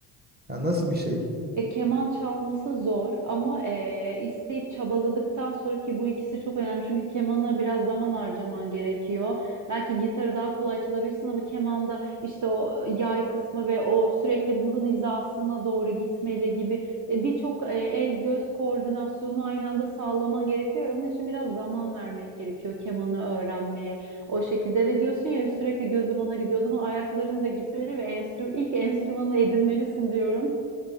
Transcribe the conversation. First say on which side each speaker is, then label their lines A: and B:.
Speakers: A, on the right; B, on the right.
A: Ya nasıl bir şey?
B: E, keman çalması zor ama e, isteyip çabaladıktan sonra ki bu ikisi çok önemli. Çünkü kemana biraz zaman harcaman gerekiyor. Belki gitarı daha kolay çalabilirsin ama kemanda işte o yay kısmı ve o sürekli burun hizasına doğru gitmeyle gibi e, birçok e, el göz koordinasyonu aynı anda sağlaman gerekiyor. Onun için biraz zaman vermek gerekiyor kemanı öğrenmeye. O şekilde ve diyorsun ya sürekli gözüm ona gidiyor. O zaman ayakların da gitmeli ve enstrü ilk enstrümanını edinmelisin diyorum.